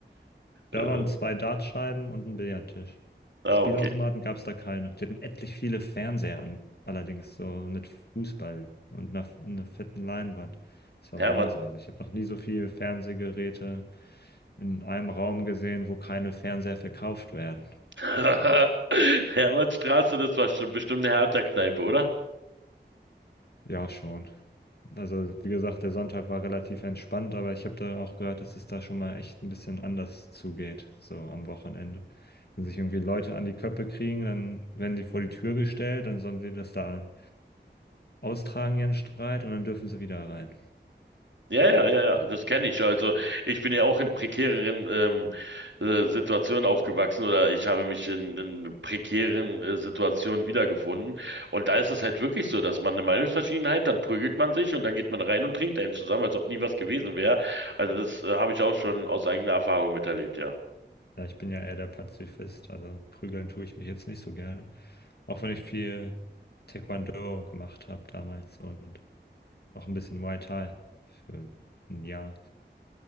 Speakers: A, on the left; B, on the right.
A: Da
B: Äh,
A: waren zwei Dartscheiben und ein Billardtisch.
B: ah,
A: Spielautomaten
B: okay.
A: gab es da keine. Die hatten etlich viele Fernseher an, allerdings so mit Fußball und einer, einer fetten Leinwand. Das war
B: Hermann.
A: Wahnsinn. Also ich habe noch nie so viele Fernsehgeräte in einem Raum gesehen, wo keine Fernseher verkauft werden.
B: <laughs> Hermannstraße, das war schon bestimmt eine Hertha-Kneipe, oder?
A: Ja, schon. Also, wie gesagt, der Sonntag war relativ entspannt, aber ich habe da auch gehört, dass es da schon mal echt ein bisschen anders zugeht, so am Wochenende. Wenn sich irgendwie Leute an die Köppe kriegen, dann werden sie vor die Tür gestellt, dann sollen sie das da austragen, ihren Streit, und dann dürfen sie wieder rein.
B: Ja, ja, ja, ja, das kenne ich. Also ich bin ja auch in prekäreren ähm, äh, Situationen aufgewachsen oder ich habe mich in, in prekären äh, Situationen wiedergefunden. Und da ist es halt wirklich so, dass man eine Meinungsverschiedenheit, dann prügelt man sich und dann geht man rein und trinkt einen zusammen, als ob nie was gewesen wäre. Also das äh, habe ich auch schon aus eigener Erfahrung miterlebt, ja.
A: Ja, ich bin ja eher der Pazifist, also prügeln tue ich mich jetzt nicht so gerne. Auch wenn ich viel Taekwondo gemacht habe damals und auch ein bisschen Muay Thai für ein Jahr.